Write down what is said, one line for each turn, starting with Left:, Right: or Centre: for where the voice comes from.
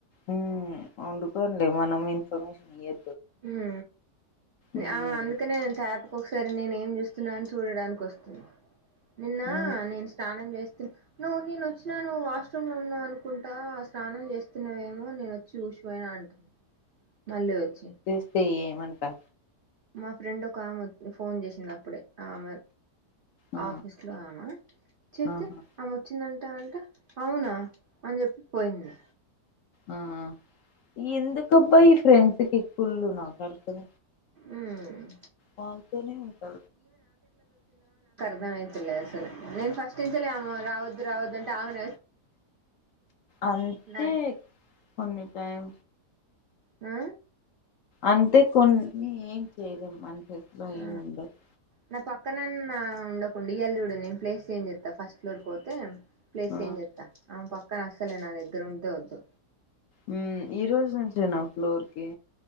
Left: ఉమ్ వండుకోండి మనం ఇన్ఫర్మేషన్ ఇయ్య
Right: ఊ
Left: ఉమ్
Right: ఆమె అందుకనే నేేను తాపికి ఒకసారి నేనేం చూస్తున్నా అని చూడడానికి వస్తుంది నిన్న
Left: ఉమ్
Right: నేను స్నానం చేస్ నువ్వు నేను వచ్చినా నువ్ వాష్రూమ్ లో ఉన్నావు అనుకుంటా ఆ స్నానం చేస్తున్నావేమో నేను వచ్చి ఊసిపోయినా అంటుం మళ్ళీ వచ్చి
Left: తే ఏం అంటా
Right: మా ఫ్రెండ్ ఒక ఆమె ఫోన్ చేసింది అప్పుడే ఆమె
Left: ఆ
Right: ఆఫీస్ లో ఆమె చెప్తే
Left: ఆహా
Right: ఆమె వచ్చిందం టా అంటే అవునా అని చెప్పి పోయింది
Left: ఆ ఆ ఎందుకబ్బా ఈ ఫ్రెండ్స్ కి ఈ కుళ్ళు నాకు అర్థం
Right: ఉమ్
Left: వాళ్ళతోనే ఉంటా
Right: ర్ధమైతలేదు అసలు నేను ఫస్టుంచలే ఆమె రావద్దు రావద్దు అంటే ఆమెనే
Left: అంతే
Right: నాది
Left: కొన్ని టైం
Right: ఆ
Left: అంతే కొన్ని ఏం చేయలేం మన చేతిలో
Right: ఆ
Left: ఏం ఉండదు
Right: నా పక్కనన్న ఉండకుండి ఇయ్యాల చూడు దే నేను ప్లేస్ చేంజ్ చేత్తా ఫస్ట్ ఫ్లోర్కి పోతే ప్లేస్
Left: ఆ
Right: చేంజ్ చేత్తా ఆమె ప క్కన అస్సలే నా దగ్గర ఉంటే వద్దు
Left: ఉమ్ ఈ రోజు నుంచేనా ఫ్లోర్ కి